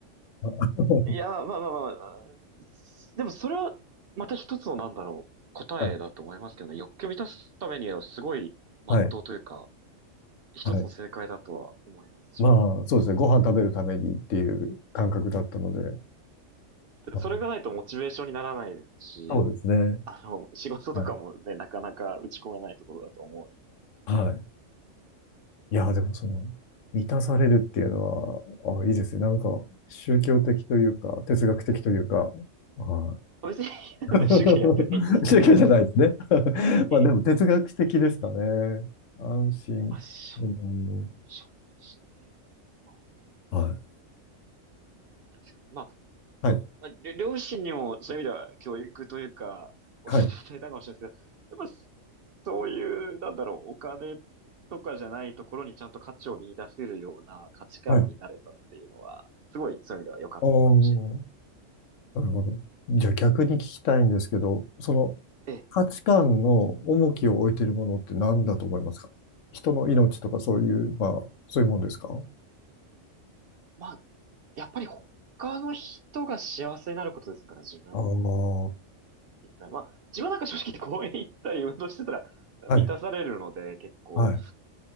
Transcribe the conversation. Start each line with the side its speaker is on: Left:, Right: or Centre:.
Left: <laughs>
Right: え。<laughs> いや、まあまあまあまあ、すでもそれは、また一つのなんだろう、答えだと思いますけどね。
Left: はい。
Right: 欲求を満たすためには、すごい、まっとうというか、
Left: はい。
Right: 一つの正解だとは思います、
Left: はい。まあ、
Right: 自分も。
Left: そうですね。ご飯食べるためにっていう感覚だったので。
Right: でそれがないとモチベーションにならないですし、
Left: まあそうですね。
Right: あの、仕事とかもね、
Left: はい。
Right: なかなか打ち込めないところだと思う
Left: はい。いや、でもその、満たされるっていうのは、あ、いいですね。なんか、宗教的というか、哲学的というか、はい。
Right: の。別に <laughs>
Left: <laughs>
Right: 主教やってないんですけど、
Left: 宗教じゃないですね。
Right: 特に。
Left: <laughs>
Right: ええ。
Left: まあ、でも哲学的ですかね。安心。
Right: まあ、そう、
Left: うん、
Right: そうですね。まあ、
Left: はい。
Right: うん確かに。まあ、
Left: はい。
Right: ままありょ両親にもそういう意味では教育というか、お伝えたかもしれないですけど、
Left: はい。
Right: やっぱそういう、なんだろう、お金とかじゃないところにちゃんと価値を見出せるような価値観になれたっていうのは、
Left: はい。
Right: すごいそういう意味では良かったのかもしれない。
Left: おーなるほど。じゃあ逆に聞きたいんですけど、その、
Right: ええ。
Left: 価値観の重きを置いているものって何だと思いますか人の命とかそういう、まあ、そういうもんですか
Right: まあ、やっぱり他の人が幸せになることですから、自分
Left: ああー、
Right: 以外。まあ、自分なんか正直公園行ったり運動してたら満たされるので、
Left: はい、
Right: 結構。
Left: はい、